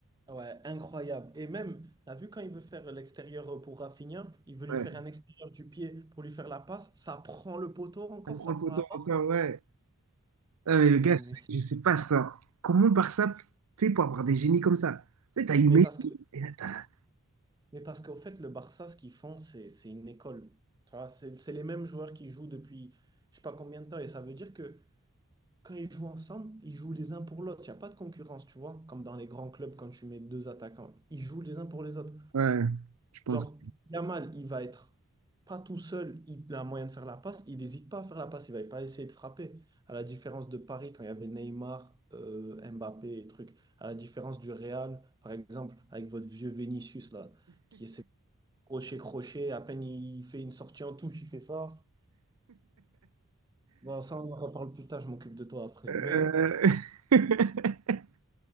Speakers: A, on the right (about 20°); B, on the right (about 80°).
A: Ouais, incroyable. Et même, t'as vu quand il veut faire l'extérieur euh, pour Rafinha, il veut lui
B: Ouais.
A: faire un extérieur du pied pour lui faire la passe, ça prend le poteau encore,
B: Ça prend
A: ça
B: le
A: prend
B: poteau
A: la barre.
B: encore, ouais. Ah, mais le
A: J'ai
B: gars,
A: dit,
B: c'est-
A: mais, c'est-
B: je sais pas ça. Comment Barça fait pour avoir des génies comme ça? Tu sais, t'as eu
A: mais
B: Messi
A: parce que,
B: et là t'as.
A: mais parce qu'au fait, le Barça, ce qu'ils font, c'est, c'est une école. Tu vois, c'est c'est les mêmes joueurs qui jouent depuis je sais pas combien de temps. Et ça veut dire que quand ils jouent ensemble, ils jouent les uns pour l'autre. Il n'y a pas de concurrence, tu vois, comme dans les grands clubs quand tu mets deux attaquants. Ils jouent les uns pour les autres.
B: Ouais, je pense.
A: Genre,
B: que-
A: Yamal, il va être pas tout seul, il a moyen de faire la passe, il n'hésite pas à faire la passe, il va pas essayer de frapper. À la différence de Paris, quand il y avait Neymar, euh, Mbappé et trucs, à la différence du Real, par exemple, avec votre vieux Vinicius là, qui essaie de crocher, crocher, à peine il fait une sortie en touche, il fait ça. Bon, ça, on en reparle plus tard, je m'occupe de toi après.
B: Euh...
A: Mais,
B: <laughs>